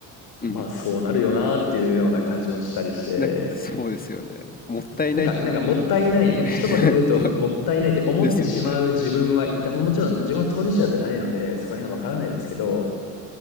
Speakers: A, on the left (about 20°); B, on the left (about 65°).
A: うんうん
B: まあそうなるよなーっていうような感じもしたりして、
A: なんか、そうですよね。もったいない
B: なんか、なんかもったいない、
A: <laughs>
B: なんか一言で言うともったいないって思ってしまう自分はいた。
A: わですよね。
B: まあもちろん自分は当事者じゃないので、そこら辺わからないですけど、